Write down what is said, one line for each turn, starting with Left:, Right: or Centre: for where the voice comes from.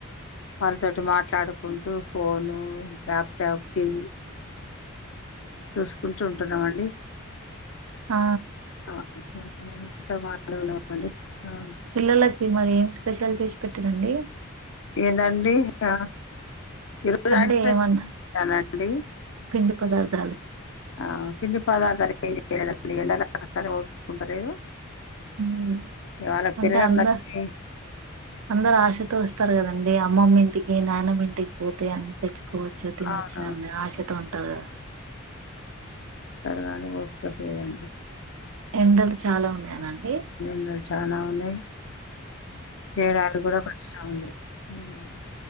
Left: వాళ్ళతోటి మాట్లాడుకుంటూ ఫోను, ల్యాప్టాప్, టీవీ చూస్కుంటూ ఉంటున్నామండి
Right: ఆ
Left: <unintelligible> మాట్లాడినామండి ఆ
Right: పిల్లలకి మరి ఏం స్పెషల్ చేసిపెట్టిరండి
Left: ఏందండి ఆ <unintelligible>
Right: అంటే ఏమన్నా
Left: నండి
Right: పిండి పదార్థాలు
Left: ఆ పిండిపదార్థ అనేది లేదండి ఎండలాస్తేకుంట లేదు
Right: ఉమ్,
Left: వాళ్ళ పిల్లకినచ్చి
Right: అంటే అందరు అందరు ఆశతో ఒస్తారు కదండి అమ్మమ్మ ఇంటికి నానమ్ ఇంటికి పోతే అన్ని తె కోవచ్చు తినొచ్చు
Left: అవునవును
Right: అన్నీ ఆశతో ఉంటారు కదా
Left: త్వరగాదు ఓపిక లేదండి
Right: ఎండలు చాలా ఉన్నాయనండి
Left: ఉహ్మ్ చానా ఉన్నాయి చేయడానికి కూడా కష్టం ఉంది ఉమ్మ్